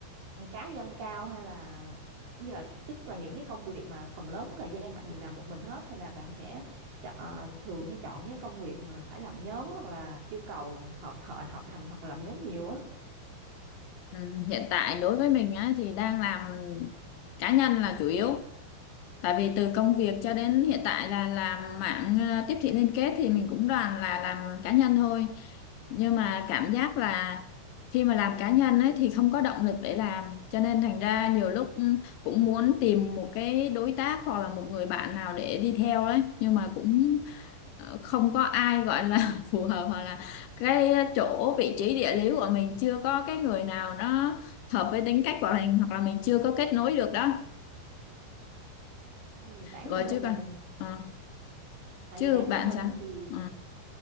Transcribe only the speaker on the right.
ừ, cá nhân cao hay là như là tức là những cái công việc mà phần lớn thời gian bạn đều làm một mình hết hay là bạn sẽ chọn, thường hay chọn những cái công việc mà phải làm nhóm hoặc là yêu cầu họp họp học hành hoặc là làm nhóm nhiều á
tại vì bản
thân mình
là mình
tại
vì bản
thân mình
á thì